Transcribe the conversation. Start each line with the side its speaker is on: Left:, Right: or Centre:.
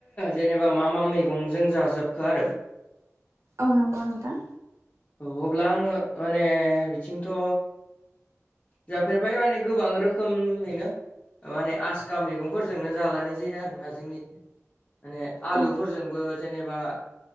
Left: जेनेबा मा मा मैगंजों जाजोबखो आरो
Right: औ नंगौ नोंथां।
Left: औ अब्ला आङो माने बिथिंथ' जाफेरबाय माने गोबां रोखोमैनो माने आसखा मैगंफोरजोंनो जालानाय जायो आरो ना जोंनि माने आलुफोरजों
Right: औ
Left: जोंबो जेनेबा